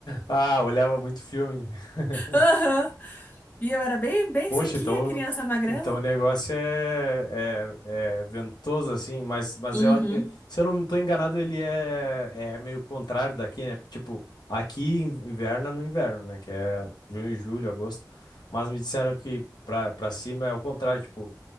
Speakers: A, on the left; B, on the left.
A: Ah, olhava muito filme. <laughs>
B: Aham. E eu era bem, bem
A: Poxa,
B: sequinha,
A: então,
B: criança magrela.
A: então o negócio é, é, é ventoso, assim, mas, mas
B: Uhum.
A: eu, a- eu- se eu não estou enganado, ele é, é meio contrário daqui, né? Porque, tipo, aqui in- inverna no inverno, né? Que é junho, julho, agosto. Mas me disseram que pra, pra cima é o contrário, tipo,